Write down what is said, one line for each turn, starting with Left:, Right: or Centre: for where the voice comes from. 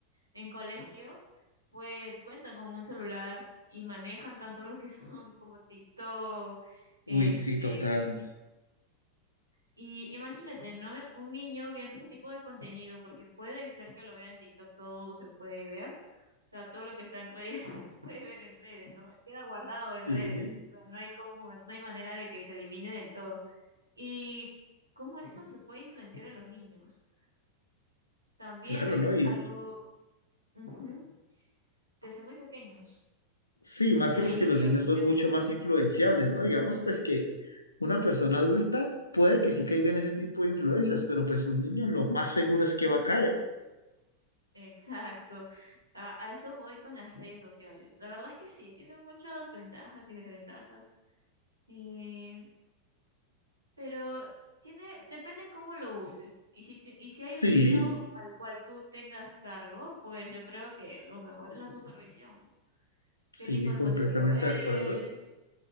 Right: en colegio, pues cuentan con un celular y manejan tanto lo que <laughs> son como TikTok,
Left: uy,
Right: este,
Left: sí, total.
Right: y imagínate, ¿no? Un niño viendo ese tipo de contenido, porque puede ser que lo vea en TikTok, todo se puede ver, o sea, todo lo que está en redes <laughs> se puede ver en redes, ¿no? Queda guardado en
Left: Sí,
Right: redes, o sea, no hay como, no hay manera de que se elimine del todo. Y cómo esto se puede influenciar en los niños, también
Left: claro,
Right: es
Left: ¿no? Y,
Right: algo ujú, desde muy pequeños.
Left: Sí, más
Right: Y
Left: que
Right: ahí
Left: pues que los
Right: iría
Left: niños
Right: otro
Left: son
Right: tema.
Left: mucho más influenciables, ¿no? Digamos pues que una persona adulta puede que sí caiga en ese tipo de influencias, pero pues un niño lo más seguro es que va a caer.
Right: <laughs> Exacto. A, a eso voy con las redes sociales. La verdad es que sí, tiene muchas ventajas y desventajas. Eh, pero tiene, depende cómo lo uses. Y si, ti- y si hay
Left: Sí,
Right: un niño al cual tú tengas cargo, pues yo creo que lo mejor es la supervisión, ¿no?
Left: sí,
Right: ¿Qué tipo de
Left: completamente
Right: contenido ves?
Left: de acuerdo.